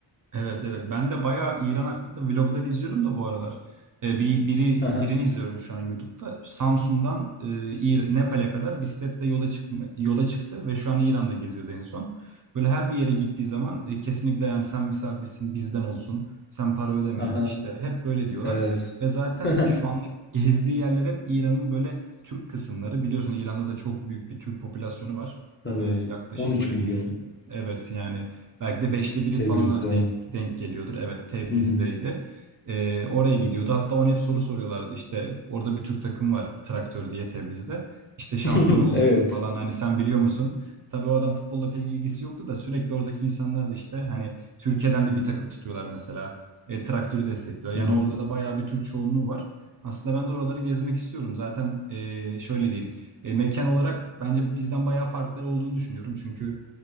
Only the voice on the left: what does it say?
Hı hı,
hı hı.
Evet.
<laughs>
Tabii.
13
milyon.
Tebriz'de.
Hı hı.
<laughs>
Evet.
Hı hı.